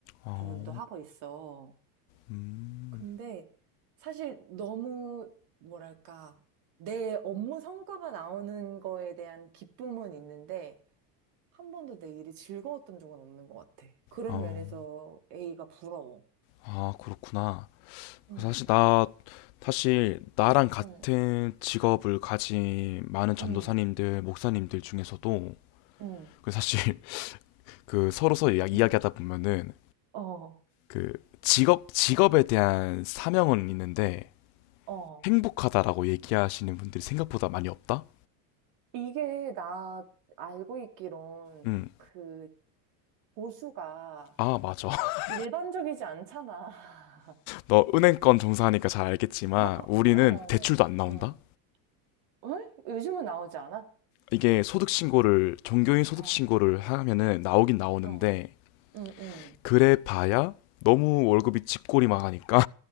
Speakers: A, on the left; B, on the right.
A: 어,
B: 부분도 하고 있어.
A: 음,
B: 근데 사실 너무 뭐랄까 내 업무 성과가 나오는 거에 대한 기쁨은 있는데 한 번도 내 일이 즐거웠던 적은 없는 것 같아. 그런
A: 어.
B: 면에서 A가 부러워.
A: 아, 그렇구나.
B: 음,
A: 사실 나 사실 나랑 같은
B: 음,
A: 직업을 가진 많은 전도사님들,
B: 음,
A: 목사님들 중에서도
B: 음.
A: 그 사실 <laughs> 그 서로서 이야- 이야기하다
B: 음.
A: 보면은
B: 어,
A: 그 직업 직업에 대한 사명은 있는데
B: 어.
A: 행복하다라고 얘기하시는 분들이 생각보다 많이 없다.
B: 이게 나 알고 있기론
A: 응.
B: 그 보수가
A: 아, 맞아. <laughs>
B: 일반적이지 않잖아. <laughs>
A: 너 은행권 종사하니까 잘 알겠지만
B: 어?
A: 우리는
B: 어,
A: 대출도 안 나온다.
B: 어. 응? 요즘은 나오지 않아?
A: 이게 소득 신고를 종교인 소득
B: 어,
A: 신고를 하면은 나오긴 나오는데
B: 어, 응, 응.
A: 그래 봐야 너무 월급이 집꼬리만 하니까